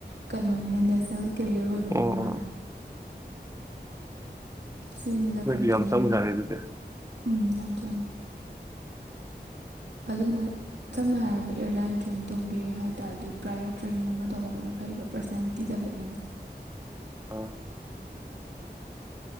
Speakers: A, on the right; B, on the right.
A: ꯀꯩꯅꯣꯅꯤꯅ ꯅꯦꯁꯅꯦꯜ ꯀꯦꯔꯤꯌꯔ ꯑꯣꯏꯕꯅꯤꯅ
B: ꯎꯝ ꯎꯝ
A: ꯃꯥꯅ ꯁꯤꯅꯤꯗ
B: ꯃ
A: ꯀ꯭ꯔꯥꯏꯇꯦꯔꯤꯌꯥ
B: ꯌꯥꯝ ꯁꯨꯖꯥꯏꯔꯦ
A: ꯍꯥꯏꯕ
B: ꯑꯗꯨꯗꯤ
A: ꯎꯝ ꯌꯥꯝ ꯆꯪꯉꯤ ꯑꯗꯨꯅ ꯁꯝꯅ ꯍꯥꯏꯔꯕꯗ ꯑꯦꯌꯥꯔꯂꯥꯏꯟ ꯖꯣꯏꯟ ꯇꯧꯒꯦ ꯍꯥꯏ ꯇꯥꯔꯗꯤ ꯄ꯭ꯔꯥꯏꯌ ꯇ꯭ꯔꯦꯅꯤꯡ ꯑꯃ ꯇꯧꯍꯧꯕꯅ ꯐꯩꯌꯦꯕ ꯄꯔꯁꯅꯦꯂꯤꯇꯤ ꯗꯦꯕꯂꯞꯃꯦꯟꯅꯤ
B: ꯑꯥ